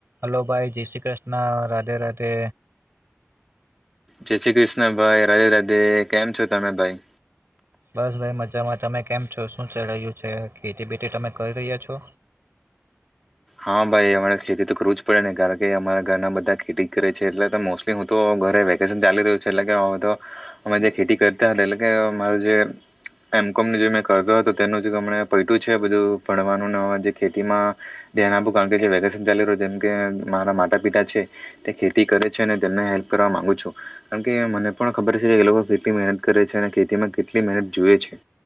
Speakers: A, on the right; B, in the centre.
A: Hello ભાઈ, જય શ્રી કૃષ્ણ રાધે રાધે.
B: જય શ્રી કૃષ્ણ ભાઈ, રાધે રાધે કેમ છો તમે ભાઈ?
A: બસ, ભાઈ મજામાં તમે કેમ છો શું ચાલી રહ્યું છે? ખેતી બટી તમે કરી રહ્યા છો.
B: હા, ભાઈ અમારે ખેતી તો કરવું જ પડે. કારણ કે, અમારા ઘરના બધા ખેતી કરે છે એટલે તો મોસ્ટલી હું તો ઘરે વેકેશન ચાલી રહ્યું છું એટલે કે હવે તો અમે જે ખેતી કરતા હતા એટલે કે, અમારા જે એમ કોમને જે મેં કરતો હતો તેનું જે હમણા પૈટું છે બધું ભણવાનું જે ખેતીમાં ધ્યાન આપું કારણ કે જે વેકેશન ચાલી રહ્યું જેમ કે મારા માતા પિતા છે તે ખેતી કરે છે અને તેમને હેલ્પ કરવા માગુ છું. કારણ કે, મને પણ ખબર છે કે એ લોકો કેટલી મહેનત કરે છે અને ખેતીમાં કેટલી મહેનત જુએ છે